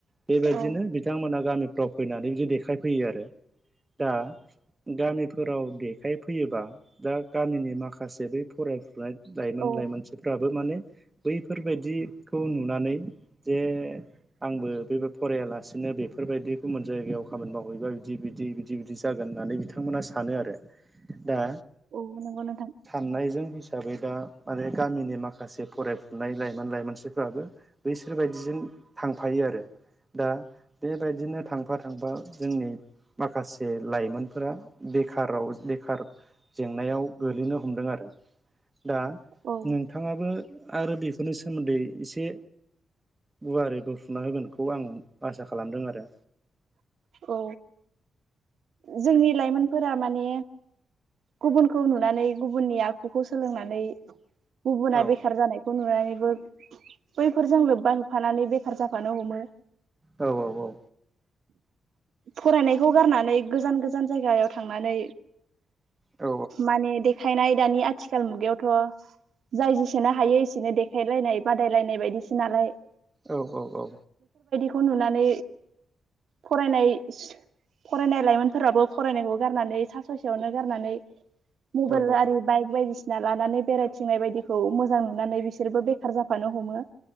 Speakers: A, on the right; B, on the right.
A: बेबायदिनो
B: औ
A: बिथांमोना गामिफ्राव फैनानै बिदि देखायफैयो आरो। दा गामिफोराव देखायफैयोबा दा गामिनि माखासे जे बै फरायफुनाय लाइमोन
B: औ
A: लाइमोनसिफ्राबो माने बैफोरबायाददिखौ नुनानै जे आंबो बेबो फरायालासिनो बेफोरबायदि गुबुन जायगायाव खामानि मावहैबा बिदि बिदि बिदि बिदि जागोन होननानै बिथांमोना सानो आरो दा
B: अ नोंगौ नोंथां
A: नायजों हिसाबै दा माने गामिनि माखासे फरायफुनाय लाइमोन लाइमोनसिफ्राबो बै बिसोरबायदिजों थांफायो आरो दा बेबायदिनो थांफा थांफा जोंनि माखासे लाइमोनफोरा बेखाराव बेखार जेंनायाव गोग्लैनो ह हमदों आरो दा
B: औ
A: नोंथाङाबो आरो बेफोरनि सोमोन्दै एसे गुवारै बोफुना होगोनखौ आं आसा खालामदों आरो।
B: औ जोंनि लाइमोनफोरा माने गुबुनखौ नुनानै गुबुननि आख आखौ सोलोंनानै गुबुना
A: औ
B: बेखार जानायखौ नुनानै बैफोरजों लोब्बा होफानानै बेखार जाफानो हमो
A: औ औ औ।
B: फरायनायखौ गारनानै गोजान गोजान जायगायाव थांनानै।
A: औ
B: माने देखायनाय दानि आथिखाल मुगायावथ' जाय जेसेनो हायो एसेनो देखायलायनाय बादायलायनाय बायदिसो नालाय
A: औ औ औ।
B: फन नुनानै फरायनाय फरायनाय लाइमोनफोराबो फरायनायखौ गारनानै सा ससेयावनो गारनानै मबाइल
A: औ
B: आरो बाय बाय फसिना लानानै बेरायथिंनाय बायदिखौ मोजां नुनानै बिसोरबो बेखार जाफानो हमो